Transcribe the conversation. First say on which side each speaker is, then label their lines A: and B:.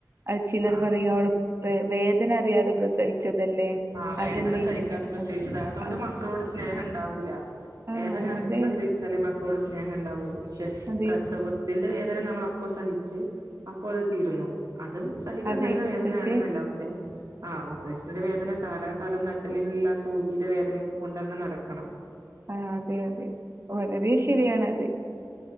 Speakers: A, on the right; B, on the right.
A: അത് ചിലർ
B: ആഹ്
A: പറയോളും വേ വേദന അറിയാതെ പ്രസവിച്ചതല്ലേ
B: ആഹ വേദന
A: അതല്ലേ
B: സഹിക്കാതെ
A: ഇതല്ലേ
B: പ്രസവിച്ചത്
A: ആ
B: അതുകൊണ്ട്
A: ആ
B: മക്കളോട്
A: ആ
B: സ്നേഹം ഉണ്ടാവൂല്ല
A: ആ,
B: വേദന അറിഞ്ഞി
A: അതെ
B: പ്രസവിച്ചാലേ മക്കളോട് സ്നേഹം ഉണ്ടാവുള്ളൂ പക്ഷെ
A: അതെ
B: പ്രസവത്തിന്റെ വേദന നമ്മള അപ്പൊ സഹിച്ച് അപ്പൊ അത് തീരുന്നു അതും സഹിക്കാൻ
A: അതെ
B: കഴിയുന്ന വേദനയാണെന്നല്ല
A: പക്ഷെ
B: പക്ഷെ ആ ഓപ്പറേഷന്റെ വേദന കാലാകാലം നട്ടിലിനുള്ള സൂചിയുടെ വേദനയൊക്കെ കൊണ്ട്ങ്ങ് നടക്കണം
A: ആഹ അതെ അതെ വളരെ ശരിയാണ്ത്